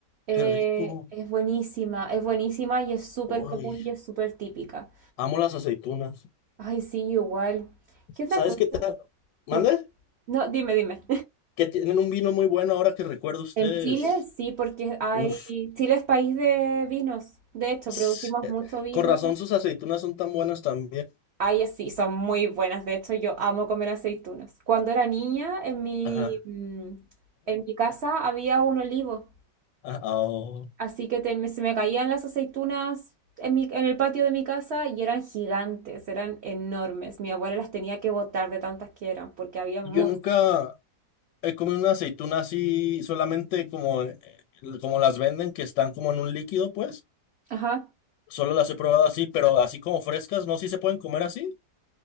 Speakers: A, on the right (about 65°); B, on the left (about 85°).
A: Eh,
B: qué rico.
A: es buenísima, es buenísima y es súper
B: Oye,
A: común y es súper típica.
B: amo las aceitunas.
A: Ay, sí, igual. ¿Qué otra
B: ¿Sabes
A: cosa?
B: qué tal? ¿Mande?
A: Dime. No, dime, dime.
B: que tienen un vino muy bueno ahora que recuerdo ustedes.
A: En Chile, sí, porque hay,
B: Uf,
A: Chile es país de vinos. De hecho,
B: s-
A: producimos
B: eh,
A: mucho vino.
B: con razón sus aceitunas son tan buenas también.
A: Ay, sí, son muy buenas. De hecho, yo amo comer aceitunas. Cuando era niña, en mi,
B: Ajá.
A: mm, en mi casa había un olivo,
B: ah, oh.
A: así que te- me- se me caían las aceitunas en mi, en el patio de mi casa y eran gigantes, eran enormes. Mi abuela las tenía que botar de tantas que eran, porque había
B: Yo
A: muchas.
B: nunca he comido una aceituna así, solamente como, eh, como las venden, que están como en un líquido, pues.
A: Ajá.
B: Solo las he probado así, pero así como frescas, ¿no? Sí se pueden comer así.